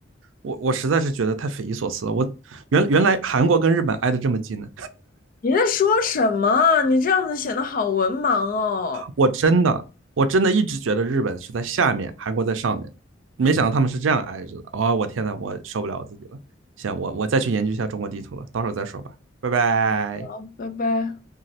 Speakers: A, on the right; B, on the left.
A: 我我实在是觉得太匪夷所思了。我原原来韩国跟日本挨得这么近呢，
B: 你在说什么？你这样子显得好文盲哦。
A: 我真的我真的一直觉得日本是在下面，韩国在上面，没想到他们是这样挨着的。哦，我天呐，我受不了我自己了。行，我我再去研究一下中国地图了，到时候再说吧，拜拜。
B: 好，拜拜。